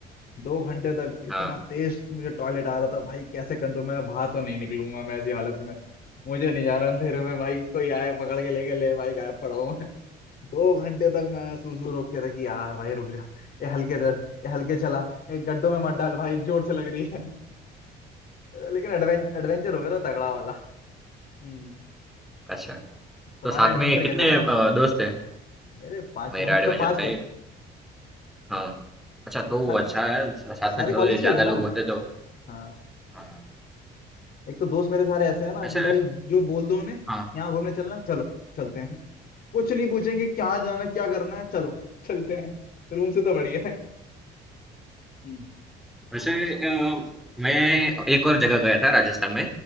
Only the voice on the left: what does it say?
दो घंटे तक इतना
तेज मुझे टॉयलेट आ रहा था भाई कैसे कंट्रोल मैं कहा, बाहर तो नहीं निकलूंगा मैं ऐसी हालत में मुझे नहीं जाना अंधेरे में भाई कोई आए पकड़ के लेके ले भाई गायब पड़ा हूं मैं दो घंटे तक मैं सूसू रोक के रखी यार भाई रुक जा ये हल्के दर ये हल्के चला ये गड्ढों में मत डाल भाई जोर से लग रही है लेकिन एडवेंचर एडवेंचर हो गया था तगड़ा वाला हम्म
तुम्हारा
एडवेंचर
कैसा रहा
मेरे पांच
हम
सब पांच
थे
हाँ,
सारे
सारे
कॉलेज
के थे ना
हाँ
एक तो दोस्त मेरे सारे ऐसे हैं ना
कि भाई जो बोल दो उन्हें
यहाँ घूमने चलना चलो चलते हैं कुछ नहीं पूछेंगे कहाँ जाना क्या करना है चलो चलते हैं रूम से तो बढ़िया है हम्म,